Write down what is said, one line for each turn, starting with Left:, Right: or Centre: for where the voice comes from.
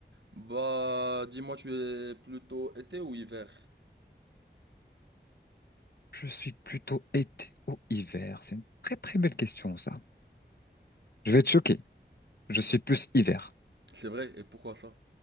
Right: Bah, dis-moi, tu es plutôt été ou hiver?
Left: Je suis plutôt été ou hiver. C'est une très très belle question, ça. Je vais te choquer. Je suis plus hiver.
Right: C'est vrai, et pourquoi ça?